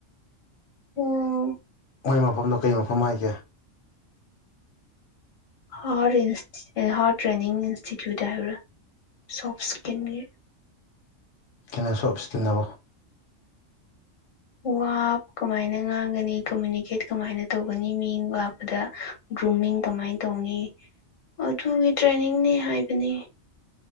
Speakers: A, on the left (about 80°); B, on the left (about 60°).
A: ꯑꯣꯝ
B: ꯃꯣꯏ ꯃꯐꯝꯗꯣ ꯀꯩ ꯃꯐꯝ ꯍꯥꯏꯒꯦ
A: ꯍꯥꯔꯠ ꯍꯥꯔꯠ ꯇ꯭ꯔꯦꯟꯅꯤꯡ ꯏꯟꯁꯇꯤꯇ꯭ꯌꯨꯠ ꯍꯥꯏꯕ꯭ꯔꯥ ꯁꯣꯐ ꯏꯁꯀꯤꯟꯒꯤ
B: ꯟꯅ ꯁꯣꯞꯁꯀꯤꯟꯅꯕꯣ
A: ꯋꯥ ꯀꯃꯥꯏꯅ ꯉꯥꯡꯒꯅꯤ ꯀꯃꯨꯅꯤꯀꯦꯠ ꯀꯃꯥꯏꯅ ꯇꯧꯒꯅꯤ ꯃꯤ ꯂꯥꯛꯄꯗ ꯒ꯭ꯔꯨꯃꯤꯡ ꯀꯃꯥꯏꯅ ꯇꯧꯅꯤ ꯑꯗꯨꯒꯤ ꯇ꯭ꯔꯦꯅꯤꯡꯅꯤ ꯍꯥꯏꯕꯅꯤ